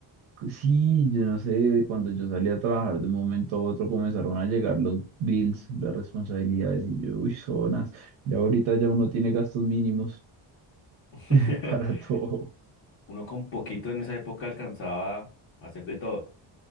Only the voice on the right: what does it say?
sí, yo no sé, cuando yo salí a trabajar de un momento a otro comenzaron a llegar los bills, las responsabilidades, y yo, uy, zonas, y ahorita ya uno tiene gastos mínimos.
<laughs> para todo.